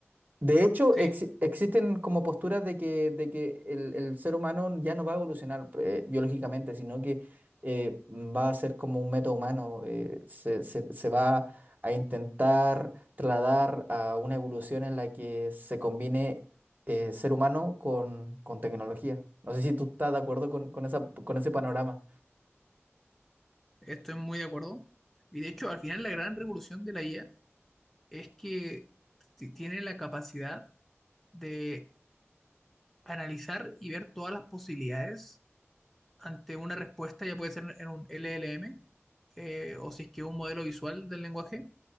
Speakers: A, on the right; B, in the centre.
A: de hecho,
B: Sí,
A: ex- existen como posturas de que, de que el, el ser humano ya no va a evolucionar eh, biológicamente, sino que eh, va a ser como un meta humano, eh, se, se- se va a intentar trasladar a una evolución en la que se combine eh, ser humano con, con tecnología. No sé si tú estás de acuerdo con, con esa, con ese panorama.
B: estoy muy de acuerdo. Y de hecho, al final la gran revolución de la IA es que t- tiene la capacidad de analizar y ver todas las posibilidades ante una respuesta, ya puede ser en un LLM, eh, o si es que un modelo visual del lenguaje,